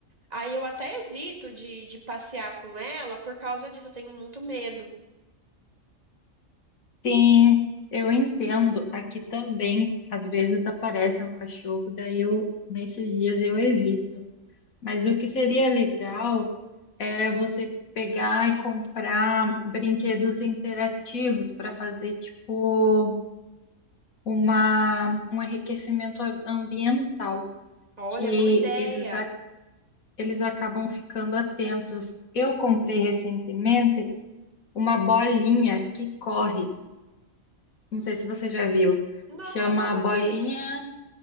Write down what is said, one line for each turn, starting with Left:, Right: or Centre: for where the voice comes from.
Right: Aí eu até evito de, de passear com ela por causa disso, eu tenho muito medo.
Left: Sim, eu entendo. Aqui também, às vezes aparecem os cachorros, daí eu, nesses dias eu evito. Mas o que seria legal era você pegar e comprar brinquedos interativos para fazer tipo uma, um enriquecimento a- ambiental,
Right: Olha,
Left: que
Right: boa ideia.
Left: eles, a- eles acabam ficando atentos. Eu comprei recentemente uma bolinha que corre. Não sei se você já viu.
Right: Nossa,
Left: Chama
Right: nunca
Left: bolinha,
Right: vi.